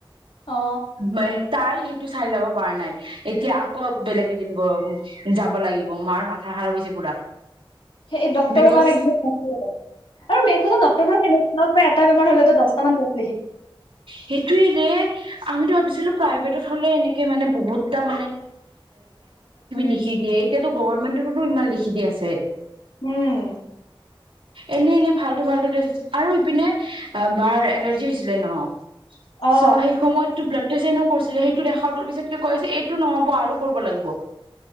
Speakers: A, on the left (about 70°); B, on the right (about 85°).
A: অ
B: মই তাই টো চাই যাব পৰা নাই এতিয়া আকৌ বেলেগ কেইদিন গ যাব লাগিব মাৰ মাথা খাৰাপ হৈছে পুৰা
A: সেই ডক্তৰৰ
B: বিকজ
A: কাম একদম আৰু মেইন কথা ডক্তৰ বোৰেনে এটা বেমাৰ হলে ত দহটামান ক
B: সেইটোৱে আমিতো ভাবিছোঁ। চালা প্ৰাইভেটত হ'লে এনেকে মানে বহুত কাম লিখি দিয়ে এতিয়া তো গৰম বন্ধৰ বাবে বহুত লিখি দি আছে
A: উম
B: এনে এনে ফাল্টু ফাল্টু ডেছ আৰু ইপিনে বাৰ এলাৰ্জি ছিলে ন চ'
A: অ
B: সেই সময়ত তো ব্লাড। চনো কৰিছিলে সেইটো দেখাটো পিছতকে কৈছে এইটো নহব আৰু কৰিব লাগিব